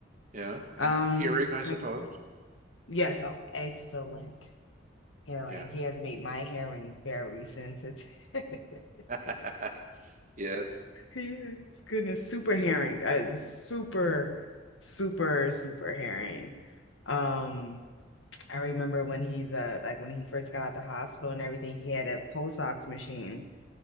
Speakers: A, on the right (about 40°); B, on the left (about 85°).
A: Yeah.
B: Um,
A: And hearing, I suppose.
B: like yes, oh, excellent hearing.
A: Yeah.
B: He has made my hearing very sensitive. <laughs>
A: <laughs> Yes.
B: Yeah. Goodness, super herring. Uh, super, super, super herring. Um, I remember when he's uh like when he first got out the hospital and everything, he had a pulse ox machine.